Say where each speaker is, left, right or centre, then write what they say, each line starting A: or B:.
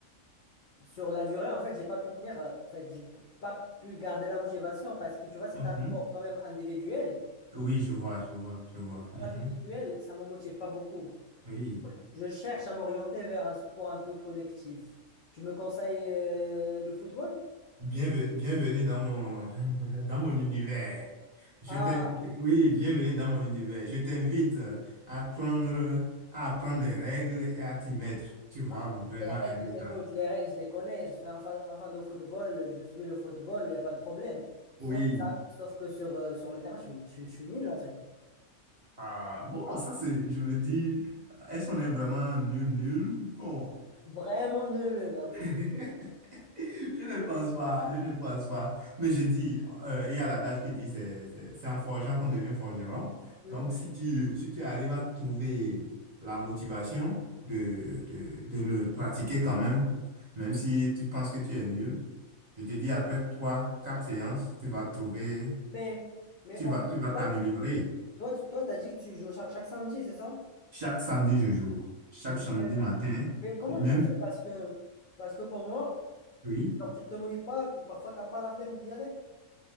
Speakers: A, on the left (about 65°); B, on the right (about 40°).
A: Sur la durée, en fait, j'ai pas pu tenir. euh, En fait, j'ai p- pas pu garder la motivation parce que tu vois, c'est
B: mhm.
A: un sport quand même individuel.
B: Oui, je vois, je vois, je vois.
A: Le sport
B: Mhm.
A: individuel, ça me motive pas beaucoup.
B: Oui.
A: Je cherche à m'orienter vers un sport un peu collectif. Tu me conseilles euh, le football?
B: Bienve- bienvenue dans mon, <laughs> dans mon univers. Je
A: Ah,
B: t'in- je- oui, bienvenue dans mon univers. Je t'invite à prendre, à apprendre les règles et à t'y mettre. Tu vas
A: bah,
B: vraiment
A: les règles,
B: aimer
A: écoute,
B: ça.
A: les règles, je les connais. Je suis un fan, un fan de football, je suis le football, il n'y a pas de problème. Sauf
B: Oui.
A: que, là- sauf que sur, euh, sur le terrain, je suis, je, suis je suis nul en fait.
B: Ah, bon, ça c'est, je me dis, est-ce qu'on est vraiment nul, nul? Bon.
A: Vraiment nul, nul. hein.
B: <laughs> Je ne pense pas, je ne pense pas. Mais je dis, euh, il y a l'adage qui dit c'est c'est- c'est en forgeant qu'on devient forgeron.
A: Mm,
B: Donc, si tu, si tu arrives à trouver la motivation de, de, de le pratiquer quand même, même si tu penses que tu es nul, je te dis, après trois, quatre séances, tu vas
A: mm.
B: trouver,
A: Mais, mais
B: tu
A: en
B: vas,
A: fait,
B: tu vas t'améliorer.
A: là, Toi, tu toi, t'as dit que tu joues cha- chaque, samedi, c'est ça?
B: Chaque samedi, je joue. Chaque
A: Mais,
B: samedi matin,
A: mais comment
B: même,
A: tu fais? Parce que, parce que pour moi,
B: oui.
A: alors, tu ne t'ennuies pas, t- parfois tu n'as pas la flemme d'y aller.